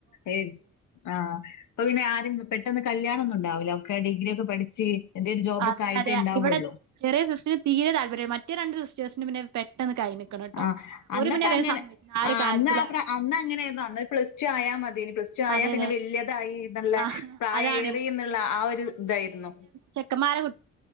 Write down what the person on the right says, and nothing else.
അതെ
അതെ
ഇവിടെ ചെറിയ സിസ്റ്റർ തീരെ താല്പര്യംഇല്ല മറ്റേ രണ്ട് സിസ്റ്റേഴ്സിിനന് പിന്നെ പെട്ടെന്ന് കൈ നിക്കണം ട്ടോ
ഓര് പിന്നെ വേം
സമ്മതിച്ചു ഒരു
കാര്യത്തിലായോണ്ട്
അതെ
അതെ
ആഹ്
അതാണ്
ചെക്കമ്മാരെ ക്